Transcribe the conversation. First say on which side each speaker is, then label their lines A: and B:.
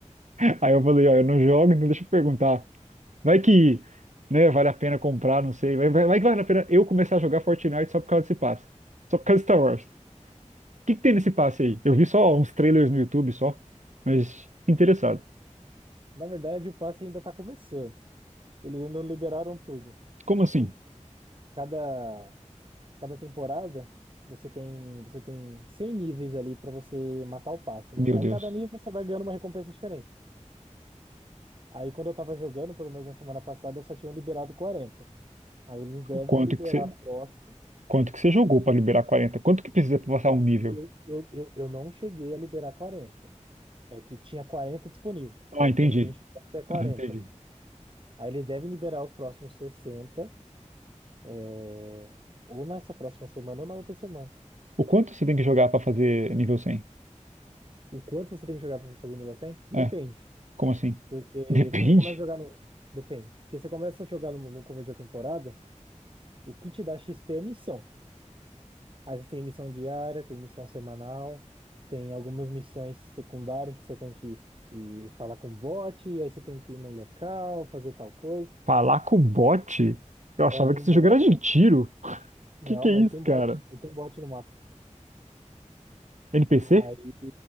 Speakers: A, on the right (about 70°); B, on the right (about 45°).
A: <laughs> Aí eu falei, ó, eu não jogo, então deixa eu perguntar. Vai que, né, vale a pena comprar, não sei. Vai, vai, vai que vale a pena eu começar a jogar Fortnite só por causa desse passe. Só por causa de Star Wars. O que que tem nesse passe aí? Eu vi só uns trailers no YouTube só, mas interessado.
B: Na verdade, o passe ainda tá começando. Eles ainda não liberaram tudo.
A: Como
B: Tipo,
A: assim?
B: cada cada temporada você tem você tem 100 níveis ali pra você matar o passe, né?
A: Meu
B: Aí
A: Deus.
B: cada nível você vai ganhando uma recompensa diferente. Aí quando eu tava jogando, pelo menos na semana passada, só tinham liberado 40. Aí eles devem
A: Quanto
B: liberar
A: que você,
B: próximo.
A: quanto que você jogou para liberar 40? Quanto que precisa para passar
B: Não,
A: um nível?
B: eu, eu, eu, eu não cheguei a liberar 40. É que tinha 40 disponível.
A: Ah,
B: Então
A: entendi.
B: consegui enxergar até quarenta.
A: Ah, entendi.
B: Aí eles devem liberar os próximos 60 é, ou nessa próxima semana ou na outra semana.
A: O quanto você tem que jogar para fazer nível 100?
B: O quanto você tem que jogar para fazer nível 100? Depende.
A: É, como assim?
B: Porque
A: <laughs> Depende.
B: se você começa a jogar no. Depende. Porque você começa a jogar no, no começo da temporada, o que te dá XP é missão. Aí você tem missão diária, tem missão semanal, tem algumas missões secundárias que você tem que ir falar com o bot, e aí você tem que ir no local, fazer tal coisa.
A: Falar com o bot? Eu achava
B: É, tem
A: que esse
B: bot.
A: jogo era de tiro. <laughs>
B: Não,
A: Que que
B: mas
A: é
B: ele
A: isso,
B: tem bot.
A: cara?
B: Ele tem bot no mapa.
A: NPC?
B: Aí,